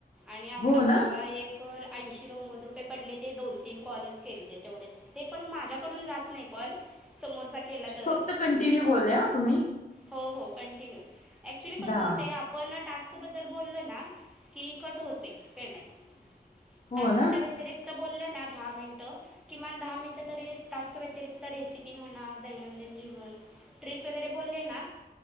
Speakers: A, in the centre; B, on the left.
A: आणि आत्ता
B: हो ना
A: परवा एक कर ऐंशी, नव्वद रुपये पडले, ते दोन, तीन कॉलच केले. ते तेवढेच. ते पण माझ्याकडून जात नाही कॉल समोरचा केला तरच
B: फक्त कंटिन्यू बोलले हा तुम्ही
A: हो हो, कंटिन्यू. ऍक्च्युली कसं
B: दाम
A: होतय आ पण टास्कबद्दल बोललं ना की, कट होतय पेमेंट
B: हो
A: टास्कच्या
B: ना
A: व्यतिरिक्त बोललय ना दहा मिनिट. किमान दहा मिनिट तरी टास्क व्यतिरिक्त रेसिपी म्हणा, दैनंदिन जीवन, ट्रिप वगैरे बोलले ना.